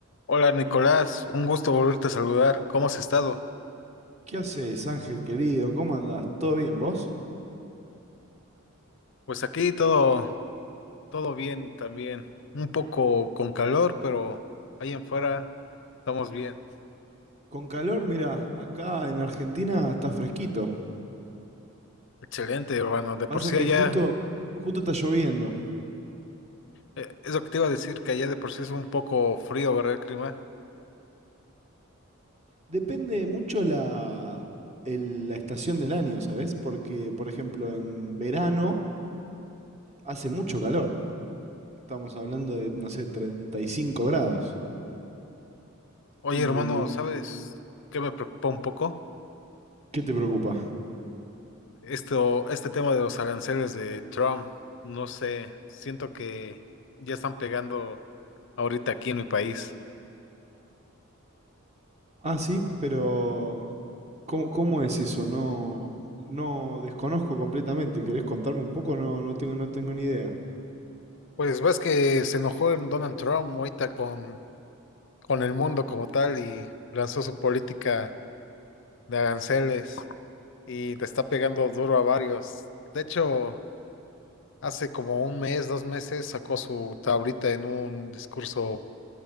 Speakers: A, on the left; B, on the right.
A: Hola Nicolás, un gusto volverte a saludar. ¿Cómo has estado?
B: ¿Qué haces, Ángel querido? ¿Cómo andás? ¿Todo bien vos?
A: Pues aquí todo, todo bien también. Un poco con calor, pero ahí en fuera estamos bien.
B: Con calor, mira, acá en Argentina está fresquito.
A: Excelente, hermano. De
B: Pasa
A: por sí
B: que
A: allá,
B: justo, justo está lloviendo.
A: eh, es lo que te iba a decir, que allá de por sí es un poco frío, ¿verdad, el clima?
B: Depende mucho la, el- la estación del año, ¿sabes? Porque, por ejemplo, en verano hace mucho calor. Estamos hablando de, no sé, 35 grados.
A: Oye,
B: Y
A: hermano,
B: en... in-
A: ¿sabes qué me preocupa un poco?
B: ¿Qué te preocupa?
A: Esto, este tema de los aranceles de Trump. No sé, siento que ya están pegando ahorita aquí en mi país.
B: Ah, sí, pero ¿cómo, cómo es eso? No, no desconozco completamente. ¿Querés contarme un poco? No, no tengo, no tengo ni idea.
A: Pues ves que se enojó en Donald Trump ahorita con, con el mundo como tal y lanzó su política de aranceles y le está pegando duro a varios. De hecho, hace como un mes, dos meses sacó su tablita en un discurso,